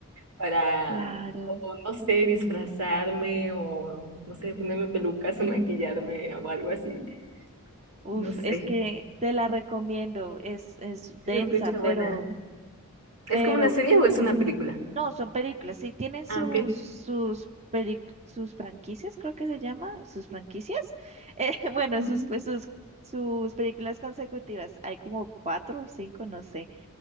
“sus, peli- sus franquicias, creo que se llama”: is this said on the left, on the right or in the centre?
Right